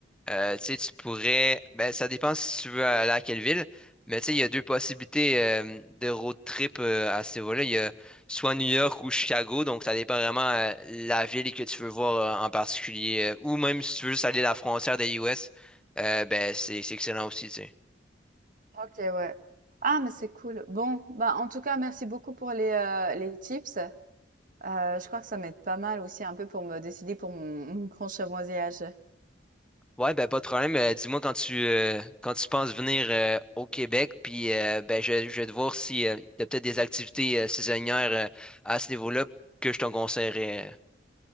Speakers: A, in the centre; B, on the right.
A: Euh, tu sais, tu pourrais. Ben, ça dépend si tu veux aller à quelle ville. Mais tu sais, il y a deux possibilités euh, de road trip euh, à ce niveau-là. Il y a soit New York ou Chicago. Donc, ça dépend vraiment euh, la ville que tu veux voir euh, en particulier. euh, ou même si tu veux juste aller à la frontière des US, euh, ben, c'est c'est excellent aussi, tu sais.
B: OK, ouais. Ah, mais c'est cool. Bon, bah, en tout cas, merci beaucoup pour les, heu, les tips. Heu, je crois que ça m'aide pas mal aussi un peu pour me décider pour mon mon prochain voyage.
A: Ouais, ben, pas de problème. Euh, dis-moi quand tu, euh, quand tu penses venir euh, au Québec. Puis, euh, ben, je, je vais te voir si, euh, il y a peut-être des activités euh, saisonnières euh, à ce niveau-là que je te conseillerais.